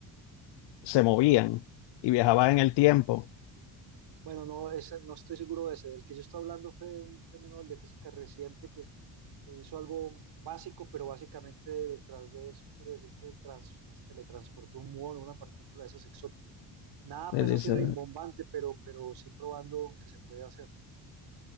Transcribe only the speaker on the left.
se movían y viajaban en el tiempo.
Eh,
Dice,